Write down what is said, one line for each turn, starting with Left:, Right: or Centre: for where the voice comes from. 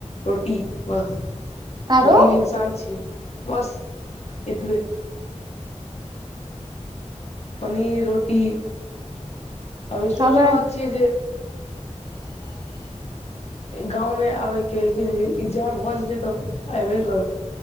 Left: रोटी बस
Right: आरो
Left: गरीब इंसान छियै बस एतबे पनीर रोटी अभी
Right: हमरा
Left: सोच रहल छियै जे
Right: <inaudible>
Left: गाँंव मे आबे के लेकिन एग्जाम हो जेते तब एबे ने करबै